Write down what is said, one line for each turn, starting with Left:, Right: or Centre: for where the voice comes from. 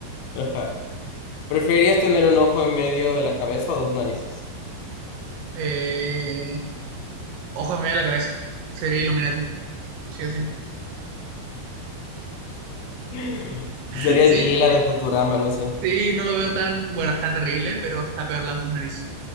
Left: Ajá. ¿Preferirías tener un ojo en medio de la cabeza o dos narices?
Right: Eh, ojo, me da la cabeza. Sería Illuminati, sí o sí.
Left: <laughs>
Right: <laughs>
Left: Serías
Right: Sí,
Left: Lila de Futurama, no sé.
Right: sí, no lo veo tan. Bueno, está terrible, pero está peor las dos narices.